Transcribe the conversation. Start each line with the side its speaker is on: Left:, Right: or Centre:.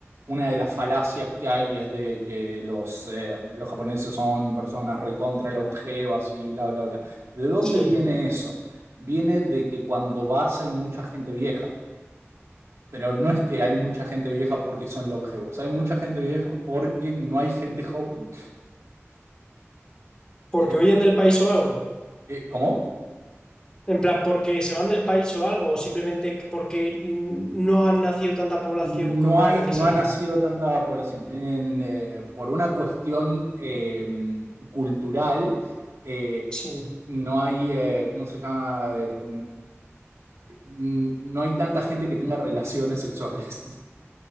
Right: una de las falacias que hay es de que los, eh, los japoneses son personas recontra longevas y bla, bla, bla. ¿De dónde
Left: sí.
Right: viene eso? Viene de que cuando vas hay mucha gente vieja, pero no es que hay mucha gente vieja porque son longevos, hay mucha gente vieja porque no hay gente joven.
Left: Porque
Right: Eh,
Left: huyen del país o algo.
Right: eh, ¿cómo?
Left: En plan, porque se van del país o algo, o simplemente porque mm, no han nacido tanta población
Right: No
Left: como
Right: hay,
Left: era necesario.
Right: no ha nacido tanta población. Tienen, eh, por una cuestión eh, cultural, eh,
Left: Sí.
Right: no hay, eh, ¿cómo se llama? Eh, n- n- no hay tanta gente que tenga relaciones sexuales.